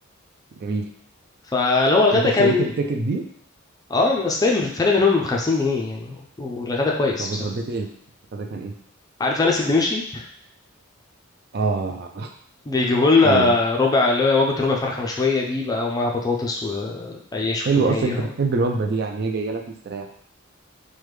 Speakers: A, on the right (about 50°); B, on the left (about 20°).
A: جميل
B: فاللي هو الغدا
A: انت اشتريت
B: كان
A: التيكت دي
B: اه بس طيب الفرق بينهم 50 جنيه يعني والغدا كويس
A: طب
B: بصراحه
A: واتغديت ايه الغدا كان ايه
B: عارف انس الدمشقي
A: اه
B: بيجيبوا لنا
A: حلو ده
B: ربع اللي هي وجبه ربع فرخه مشويه دي بقى ومعاها بطاطس وعيش
A: حلو
B: وتوميه
A: اصلا انت
B: و...
A: بتحب الوجبة دي يعني هي جاية لك مستريح